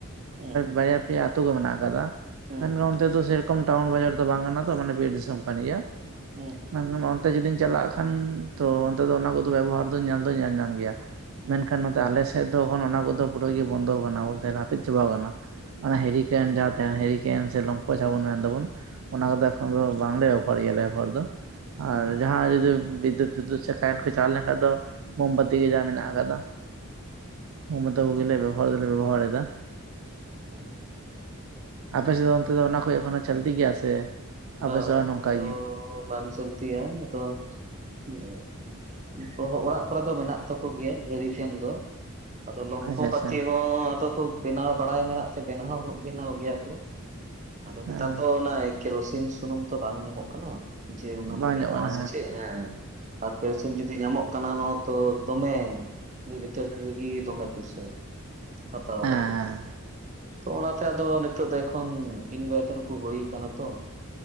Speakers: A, on the right; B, on the right.
A: ᱦᱩᱸ
B: ᱵᱟᱨᱭᱟ ᱯᱮᱭᱟ ᱟᱛᱜ ᱠᱚᱢᱮᱱᱟᱜ ᱟᱠᱟᱫᱟ
A: ᱦᱩᱸ
B: ᱢᱮᱱᱠᱷᱟᱱ ᱱᱚᱛᱮ ᱫᱚ ᱥᱮ ᱨᱚᱠᱚᱢ ᱴᱟᱣᱩᱱ ᱵᱟᱡᱟᱨ ᱫᱚ ᱵᱟᱝ ᱠᱟᱱᱟ ᱛᱚ ᱢᱟᱱᱮ ᱵᱤᱨ ᱫᱤᱥᱚᱢ ᱠᱟᱱ ᱜᱮᱭᱟ᱾
A: ᱦᱩᱸ᱾
B: ᱢᱮᱱᱠᱷᱟᱱ ᱚᱱᱛᱮ ᱡᱩᱫᱤᱧ ᱪᱟᱞᱟᱜ ᱠᱷᱟᱱ ᱛᱚ ᱚᱱᱛᱮ ᱫᱚ ᱚᱱᱟ ᱠᱚᱫᱚ ᱵᱮᱵᱚᱦᱟᱨ ᱫᱚ ᱧᱮᱞ ᱫᱚᱧ ᱧᱮᱞ ᱧᱟᱢ ᱜᱮᱭᱟ᱾
A: ᱦᱩᱸ
B: ᱢᱮᱱᱠᱷᱟᱱ ᱱᱚᱛᱮ ᱟᱞᱮ ᱥᱮᱫ ᱫᱚ ᱮᱠᱷᱚᱱ ᱚᱱᱟ ᱠᱚᱫᱚ ᱯᱩᱨᱟᱹ ᱤᱭᱟᱹ ᱵᱚᱱᱫᱚ ᱟᱠᱟᱱᱟ ᱵᱚᱞᱮ ᱦᱟᱹᱯᱤᱫ ᱪᱟᱵᱟᱣ ᱟᱠᱟᱱᱟ ᱾ ᱚᱱᱟ ᱦᱮᱨᱤ ᱠᱮᱱ ᱡᱟᱦᱟᱸ ᱛᱟᱦᱮᱸᱱ ᱦᱮᱨᱤ ᱠᱮᱱ ᱥᱮ ᱞᱚᱢᱯᱷᱚ ᱡᱟᱦᱟᱸ ᱵᱚᱱ ᱢᱮᱱ ᱫᱟᱵᱚᱱ ᱚᱱᱟ ᱠᱚᱫᱚ ᱮᱠᱷᱚᱱ ᱫᱚ ᱵᱟᱝᱞᱮ <unintelligible> ᱦᱚᱲ ᱫᱚ ᱟᱨ
A: ᱦᱩᱸ
B: ᱡᱟᱦᱟᱸ ᱡᱩᱫᱤ ᱵᱤᱫᱽᱫᱩᱛ ᱯᱷᱤᱫᱽᱫᱩᱛ ᱥᱮ ᱠᱟᱨᱮᱱᱴ ᱠᱚ ᱪᱟᱞᱟᱣ ᱞᱮᱱᱠᱷᱟᱱ ᱫᱚ ᱢᱳᱢᱵᱟᱛᱤ ᱜᱮ ᱡᱟ ᱢᱮᱱᱟᱜ ᱟᱠᱟᱫᱟ ᱾ <unintelligible>
A: ᱦᱩᱸ
B: ᱠᱚᱜᱮᱞᱮ ᱵᱮᱵᱚᱦᱟᱨ ᱫᱚᱞᱮ ᱵᱮᱵᱚᱦᱟᱨ ᱮᱫᱟ ᱾
A: ᱚᱸ <inaudible>
B: ᱟᱯᱮᱥᱮᱫ ᱫᱚ ᱚᱱᱛᱮ ᱫᱚ ᱚᱱᱟ ᱠᱚ ᱮᱠᱷᱚᱱᱳ ᱪᱚᱞᱛᱤ ᱜᱮᱭᱟ ᱥᱮ ᱟᱯᱮ
A: ᱵᱟᱝ
B: ᱥᱮᱫ
A: ᱮᱠᱷᱚᱱ
B: ᱦᱚᱸ ᱱᱚᱝᱠᱟ
A: ᱫᱚ
B: ᱜᱮ
A: ᱵᱟᱝ ᱪᱚᱞᱛᱤᱭᱟ ᱟᱫᱚ ᱾ ᱛᱚ ᱚᱲᱟᱜ ᱠᱚᱨᱮ ᱫᱚ ᱢᱮᱱᱟᱜ ᱛᱟᱠᱚ ᱜᱮᱭᱟ ᱦᱮᱨᱤᱠᱮᱱ ᱫᱚ ᱾ ᱟᱫᱚ ᱞᱚᱢᱯᱷᱚ
B: ᱟᱪᱪᱷᱟ
A: ᱵᱟᱛᱤ
B: ᱟᱪᱪᱷᱟ
A: ᱦᱚᱸ ᱟᱫᱚ ᱠᱚ ᱵᱮᱱᱟᱣ ᱵᱟᱲᱟᱭ ᱢᱮᱱᱟᱜ ᱛᱮ ᱵᱮᱱᱟᱣ ᱦᱚᱸᱠᱚ ᱵᱮᱱᱟᱣ ᱜᱮᱭᱟ ᱠᱚ ᱟᱫᱚ
B: ᱦᱮᱸ
A: ᱱᱮᱛᱟᱨ ᱫᱚ ᱚᱱᱟ ᱠᱮᱨᱳᱥᱤᱱ ᱥᱩᱱᱩᱢ ᱛᱚ ᱵᱟᱝ ᱧᱟᱢᱚᱜ ᱠᱟᱱᱟ ᱾ ᱡᱮ ᱚᱱᱟᱢ
B: ᱵᱟᱝ
A: ᱵᱮᱱᱟᱣ
B: ᱧᱚᱜ ᱠᱟᱱᱟ
A: ᱟ ᱥᱮ ᱪᱮᱫ ᱦᱮᱸ? ᱟᱨ ᱯᱮ ᱥᱮᱱ ᱡᱩᱫᱤ ᱧᱟᱢᱚᱜ ᱠᱟᱱᱟ ᱦᱚᱸ ᱛᱚ ᱫᱚᱢᱮ ᱾ ᱢᱤᱛ ᱞᱤᱛᱟᱹᱨ ᱨᱮᱜᱤ ᱫᱚᱢᱮ ᱚᱯᱤᱥᱟᱨ ᱾ ᱦᱟᱛᱟᱣ
B: ᱦᱮᱸ
A: ᱫᱟᱠᱚ ᱛᱚ ᱚᱱᱟᱛᱮ ᱟᱫᱚ ᱱᱤᱛᱚᱜ ᱫᱚ ᱮᱠᱷᱚᱱ ᱤᱱᱵᱷᱟᱭᱛᱟᱨ ᱠᱚ ᱦᱩᱭ ᱠᱟᱱᱟ ᱾ ᱛᱚ